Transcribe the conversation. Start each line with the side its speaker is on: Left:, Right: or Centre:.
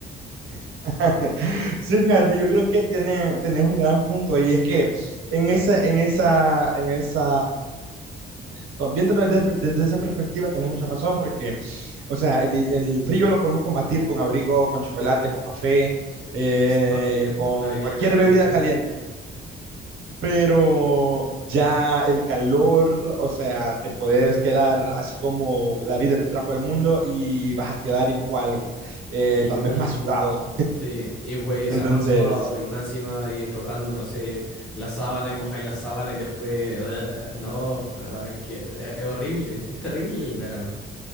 Right: <laughs> Sí, fíjate, yo creo que tiene, tenés un gran punto y es que en esa, en esa, en esa, también te lo- desde, desde esa perspectiva tenés mucha razón porque, o sea, el, el frío lo podemos combatir con abrigo, con chocolate, con café, eh,
Centre: Ex- También,
Right: con
Centre: una bebida
Right: cualquier
Centre: caliente.
Right: bebida caliente. pero ya el calor, o sea, te puedes quedar así como la vida te trajo al mundo y vas a quedar igual, eh,
Centre: Igual,
Right: tal vez más sudado.
Centre: Sí, y güey, o
Right: Entonces,
Centre: sea, más sudado y más encima eh, tocando, no sé, la sábana y mojáis la sábana y después. <laughs> no, ay, que- eh, es horrible, es terrible el verano,